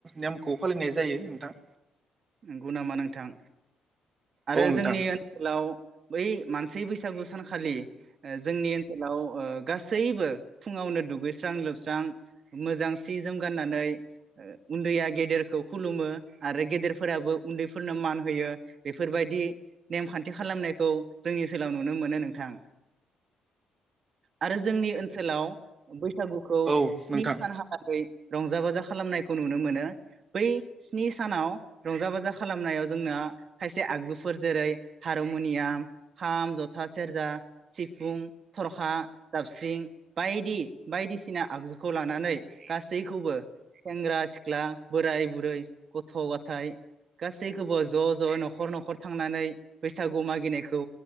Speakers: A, on the right (about 35°); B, on the right (about 50°).
A: नेमखौ फालिनाय जायो नोंथां।
B: नंगौ नामा नोंथां आरो
A: औ नोंथां
B: जोंनि ओनसोलाव बै मान से बैसागु सानखालि ओ जोंनि ओनसोलाव ओ गासैबो फुङावनो दुगैस्रां लोबस्रां मोजां सि जोम गाननानै ओ उन्दैया गेदेरखौ खुलुमो आरो गेदेर फोराबो उन्दैफोरनो मान होयो बेफोरबायदि नेमखान्थि खालामनायखौ जोंनि ओनसोलाव नुनो मोनो नोंथां। आरो जोंनि ओनसोलाव बै बैसागुखौ
A: औ
B: स्नि
A: नोंथां
B: सानहालागै रंजा बाजा खालामनायखौ नुनो मोनो बै स्नि सानाव रंजा बाजा खालामनायाव जोंना खायसे आगजुफोर जेरै हारम'नियाम खाम जथा सेरजा सिफुं थरखा जाबस्रिं बायदि बायदिसिना आगजुखौ लानानै गासैखौबो सेंग्रा सिख्ला बोराय बुरै गथ' ग <inaudible> थाय गासैखौबो ज' ज' न'खर न'खर थांनानै बैसागु मागिनायखौ